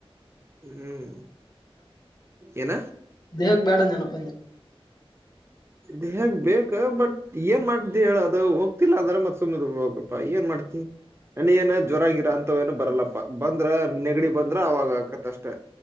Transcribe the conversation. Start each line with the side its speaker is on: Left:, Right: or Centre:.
Right: ಹ್ಮ್ ಏನ?
Left: ದೇಹಕ್ಕೆ ಬೇಡಾ <unintelligible> ನೆಪ.
Right: ದೇಹಕ ಬೇಕ ಬಟ್ ಏನ ಮಾಡತಿ ಹೇಳದು ಹೋಗ. ಗಿಲ್ಲ ಅಂದ್ರೆ ಮತ್ತ ಸುಮ್ಮನೆ ಇರಬೇಕು ಆಪ ಏನ ಮಾಡ್ತಿ ನ್ನನಗ ಏನ ಜ್ವರ ಗೀರ ಅಂತ ಅಂತ ಏನೂ ಬರಲ್ಲಪ್ಪ ಬಂದ್ರೆ ನೆಗಡಿ ಬಂದ್ ಬ್ರೋ ಅವಾಗ ಆಕತ ಅಷ್ಟೇ